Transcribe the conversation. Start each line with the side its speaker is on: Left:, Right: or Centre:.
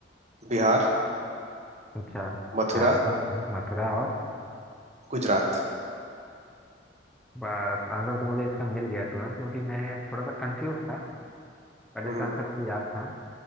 Right: बिहार
Centre: अच्छा
Right: मथुरा
Centre: झारखंड में मथुरा और
Right: गुजरात
Centre: बस आंसर तो मुझे इसका मिल गया तुरंत क्योंकि मैं थोड़ा सा कंफ्यूज था पर
Right: हम्म
Centre: इसका आंसर मुझे याद था